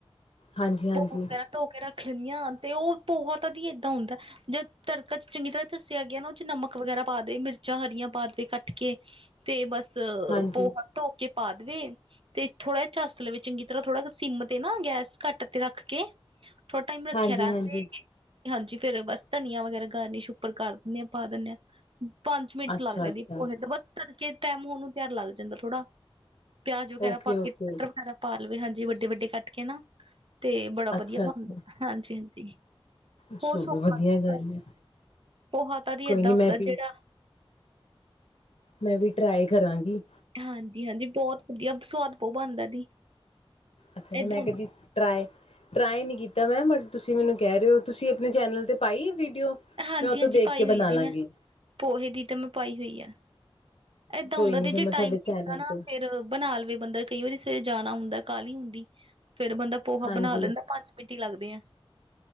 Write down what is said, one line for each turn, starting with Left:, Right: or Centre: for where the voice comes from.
Left: ਹਾਂਜੀ -ਹਾਂਜੀ
Right: ਪੋਹਾ ਵਗੈਰਾ ਧੋ ਕੇ ਰੱਖ ਲੈਂਦੀ ਆ ਤੇ ਉਹ ਪੋਹਾ ਤਾਂ ਦੀ ਏਦਾਂ ਹੁੰਦਾ ਜੇ ਤੜਕਾ ਚ ਚੰਗੀ ਤਰ੍ਹਾਂ ਦੱਸਿਆ ਗਿਆ ਨਾਂ ਉਹ ਚ ਨਮਕ ਵਗੈਰਾ ਪਾ ਦੇ ਮਿਰਚਾਂ ਹਰੀਆਂ ਪਾ ਦੇ ਕੱਟ ਕੇ। ਤੇ ਬਸ
Left: ਹਾਂਜੀ।
Right: ਪੋਹਾ ਧੋ ਕੇ ਪਾ ਦੇਈਏ। ਤੇ ਥੋੜ੍ਹਾ ਜਿਹਾ ਝਸ ਲਵੇ ਚੰਗੀ ਤਰ੍ਹਾਂ ਥੋੜ੍ਹਾ ਸਿੰਮ ਤੇ ਨਾ ਗੈਸ ਘੱਟ ਤੇ ਰੱਖ ਕੇ ਥੋੜਾ ਟਾਈਮ ਰੱਖਿਆ
Left: ਹਾਂਜੀ-ਹਾਂਜੀ,
Right: ਰਹਿਣ ਦੇ ਗੇ। ਹਾਂਜੀ ਫਿਰ ਬਸ ਧਨੀਆਂ ਵਗੈਰਾ ਗਾਰਨਿਸ਼ ਉੱਪਰ ਕਰ ਦਿੰਨੇ ਆ ਪਾ ਦਿੰਨੇ ਆ। ਪੰਜ ਮਿੰਟ
Left: ਅੱਛਾ-ਅੱਛਾ,
Right: ਲੱਗਦੇ ਦੀ ਪੋਹੇ ਤੇ, ਬਸ ਤੜਕੇ ਟਾਈਮ ਹੋਣ ਨੂੰ ਤਿਆਰ ਲੱਗ ਜਾਂਦਾ ਥੋੜਾ। ਪਿਆਜ ਵਗੈਰਾ
Left: ਓਕੇ-ਓਕੇ,
Right: ਪਾ ਕੇ ਟਮਾਟਰ ਵਗੈਰਾ ਪਾ ਲਵੇ, ਹਾਂਜੀ ਵੱਡੇ -ਵੱਡੇ ਕੱਟ ਕੇ ਨਾਂ। ਤੇ ਬੜਾ
Left: ਅੱਛਾ-ਅੱਛਾ।
Right: ਵਧੀਆ ਬ ਹਾਂਜੀ ਹਾਜੀ।
Left: ਚਲੋ
Right: ਬਹੁਤ ਸੌਖਾ
Left: ਵਧੀਆ ਗੱਲ
Right: ਬ
Left: ਐ,
Right: ਪੋਹਾ ਤਾਂ ਦੀ
Left: ਕੋਈ
Right: ਏਦਾਂ
Left: ਨੀ
Right: ਹੁੰਦਾ
Left: ਮੈਂ ਵੀ
Right: ਜਿਹੜਾ
Left: ਮੈਂ ਵੀ ਟਰਾਈ ਕਰਾਂਗੀ।
Right: ਹਾਂਜੀ- ਹਾਂਜੀ ਬਹੁਤ ਵਧੀਆ, ਸਵਾਦ ਬਹੁਤ ਬਣਦਾ ਦੀ।
Left: ਅੱਛਾ ਫ
Right: ਏਦਾਂ
Left: ਜੀ, ਮੈਂ ਤੇ ਜੀ ਟਰਾਏ, ਟਰਾਏ ਨੀਂ ਕੀਤਾ ਮੈਮ ਬਟ ਤੁਸੀਂ ਮੈਨੂੰ ਕਹਿ ਰਹੇ ਤੁਸੀਂ ਆਪਣੇ ਚੈਨਲ ਤੇ ਪਾਈ ਵੀਡੀਓ?
Right: ਹਾਂਜੀ-ਹਾਂਜੀ
Left: ਮ ਉਹ ਤੇ ਦੇਖ
Right: ਪਾਈ
Left: ਕੇ
Right: ਹੋਈ
Left: ਬਣਾ ਲਾਂਗੀ।
Right: ਦੀ ਮੈਂ ਪੋਹੇ ਦੀ ਤਾਂ ਮੈਂ ਪਾਈ ਹੋਈ ਆ, ਏਦਾਂ
Left: ਕੋਈ
Right: ਹੁੰਦਾ
Left: ਨੀ
Right: ਦੀ
Left: ਫਿਰ
Right: ਜੇ
Left: ਮੈਂ ਤੁਹਾਡੇ
Right: ਟਾਈਮ ਨ
Left: ਚੈਨਲ
Right: ਹੁੰਦਾ ਨਾ
Left: ਤੋਂ
Right: ਫਿਰ ਬਣਾ ਲਵੇ ਬੰਦਾ ਕਈ ਵਾਰੀ ਸਵੇਰੇ ਜਾਣਾ ਹੁੰਦਾ ਕਾਹਲੀ ਹੁੰਦੀ ਫੇਿਰ ਬੰਦਾ ਪੋਹਾ
Left: ਹਾਂਜੀ,
Right: ਬਣਾ ਲੈਂਦਾ ਪੰਜ ਮਿੰਟ ਈ ਲੱਗਦੇ ਆ।